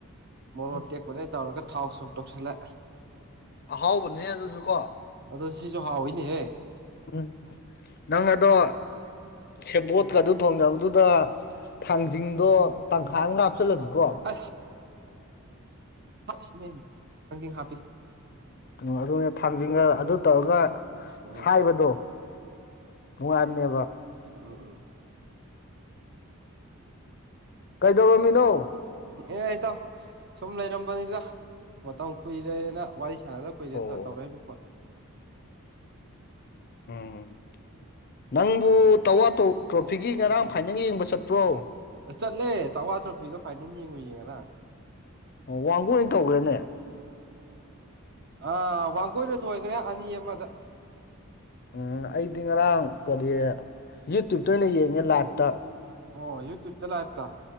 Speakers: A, on the right; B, on the left.
A: ꯃꯣꯔꯣꯛ
B: ꯎꯝ
A: ꯑꯇꯦꯛꯄꯅꯦ ꯇꯧꯔꯒ ꯊꯥꯎ ꯁꯣꯛ ꯇꯧꯁꯜꯂꯦ꯫
B: ꯑꯍꯥꯎꯕꯅꯤꯅꯦ ꯑꯗꯨꯖꯨ ꯀꯣ
A: ꯑꯗꯣ ꯁꯤꯖꯨ ꯍꯥꯎꯋꯤꯅꯦꯍꯦ
B: ꯎꯝ ꯅꯪ ꯑꯗꯣ ꯁꯦꯕꯣꯠꯀ ꯑꯗꯨ ꯊꯣꯡꯅꯕꯗꯨꯗ ꯊꯥꯡꯖꯤꯡꯗꯣ ꯇꯪꯈꯥꯏ ꯑꯝꯒ ꯍꯥꯞꯆꯜꯂꯗꯤꯀꯣ
A: ꯑꯥ ꯍꯩꯁ ꯏꯃꯩꯃ ꯊꯥꯡꯖꯤꯡ ꯍꯥꯞꯄꯤ꯫
B: ꯎꯝ ꯑꯗꯨꯅꯦ ꯊꯥꯡꯖꯤꯡꯒ ꯑꯗꯨ ꯇꯧꯔꯒ꯫
A: ꯎꯝ
B: ꯁꯥꯏꯕꯗꯣ ꯅꯨꯡꯉꯥꯏꯕꯅꯦꯕ꯫
A: ꯎꯝ ꯎꯝ
B: ꯀꯩꯗꯧꯔꯝꯃꯤꯅꯣ?
A: ꯑꯦ ꯏꯇꯥꯎ ꯁꯨꯝ ꯂꯩꯔꯝꯕꯅꯤꯗ ꯃꯇꯝ ꯀꯨꯏꯔꯦꯅ ꯋꯥꯔꯤ ꯁꯥꯅꯗ ꯀꯨꯏꯔꯦꯟ
B: ꯑꯣ
A: ꯇ ꯇꯧꯔꯛꯏꯝꯃꯤ꯫
B: ꯎꯝ ꯅꯪꯕꯨ ꯇꯋꯥ ꯇꯣ ꯇ꯭ꯔꯣꯐꯤꯒꯤ ꯉꯔꯥꯡ ꯐꯥꯏꯅꯦꯟꯒ ꯌꯦꯡꯕ ꯆꯠꯄ꯭ꯔꯣ?
A: ꯑ ꯆꯠꯂꯦ ꯇꯋꯥ ꯇ꯭ꯔꯣꯐꯤꯗꯣ ꯐꯥꯏꯅꯦꯟ ꯌꯦꯡꯉꯨꯏꯌꯦ ꯉꯔꯥꯡ ꯫
B: ꯑꯣ ꯋꯥꯡꯒꯣꯏꯅ ꯇꯧꯒꯔ꯭ꯦꯅꯦ꯫
A: ꯑ ꯋꯥꯡꯒꯣꯏꯅ ꯊꯣꯏꯒꯔ꯭ꯦ ꯑꯅꯤ ꯑꯃꯗ꯫
B: ꯎꯝ ꯑꯩꯗꯤ ꯉꯔꯥꯡ ꯀꯔꯤ ꯌꯨꯇ꯭ꯌꯨꯕꯇ ꯑꯣꯏꯅ ꯌꯦꯡꯉꯦ ꯂꯥꯏꯞꯇ꯫
A: ꯑꯣ ꯌꯨꯇ꯭ꯌꯨꯕꯇ ꯂꯥꯏꯕꯇ